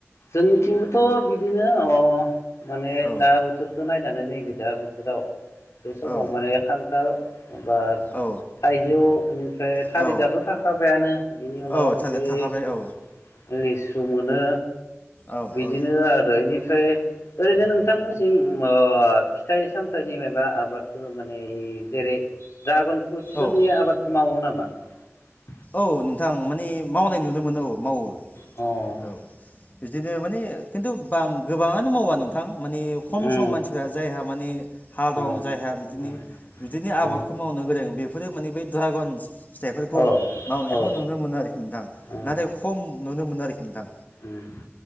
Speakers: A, on the left (about 75°); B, on the left (about 40°).
A: जोंनिथिंबोथ' बिदिनो अ माने
B: औ
A: दा बोथोरखौ नायनानै नै बायदि दा दाउ बे समाव
B: औ
A: माने खानथाल एबार
B: औ
A: थाइजौ बेनिफ्राय थालिर
B: औ
A: दाथ' थाखाबायानो बिनि उनाव
B: औ
A: ओमफ्राय
B: थालिर थाखाबाय औ
A: लिसु मोनो
B: औ
A: बिदिनो
B: औ
A: आरो फ्राय ओरैनो नोंथांमोननिथिं अ फिथाइ सामथाइनि मायबा आबाद ओ माने जेरै ड्रागन बेसोरनि
B: औ
A: आबादखौ मावो नामा मा
B: औ नोंथां मानि मावनाय नुनो मोनो औ मावो
A: ह <unintelligible> अ
B: औ बिदिनो माने खिन्थु बां गोबाङानो मावा नोंथां माने खम
A: उम
B: सम मानसिफ्रा जायहा माने हा दं
A: उम उम
B: जायहा बिदिनो बिदिनो
A: उम
B: आबादखौ मावनो गोरों बे बेफोरो माने बे द्रागन फिथाइफोरखौ
A: औ
B: मावनायखौ
A: औ
B: नुनो मोनो आरोखि नोंथां
A: उम
B: नाथाय खम नुनो मोनो आरोखि नोंथां
A: उम